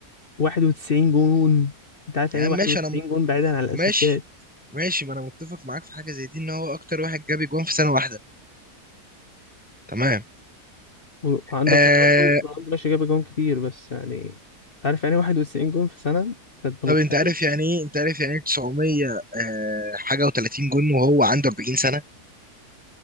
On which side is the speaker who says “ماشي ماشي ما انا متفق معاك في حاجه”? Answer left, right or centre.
Centre